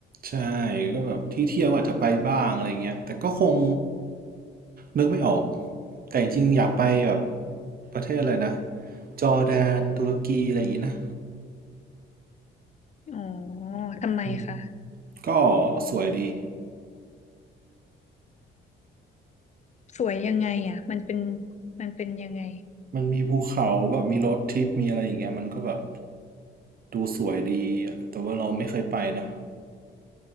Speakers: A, on the right (about 50°); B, on the left (about 35°).
A: ใช่ก็แบบที่เที่ยวอาจจะไปบ้างอะไรเงี้ยแต่ก็คงนึกไม่ออกแต่จริงๆอยากไปแบบประเทศอะไรนะจอร์แดนตุรกีอะไรอย่างงี้นะ
B: อ๋อทำไมคะ
A: อืมก็สวยดี
B: สวยยังไงอ่ะมันเป็นมันเป็นยังไง
A: มันมีภูเขาแบบมีรถทริปมีอะไรอย่างเงี้ยมันก็แบบดูสวยดีอะแต่ว่าเราไม่เคยไปนะ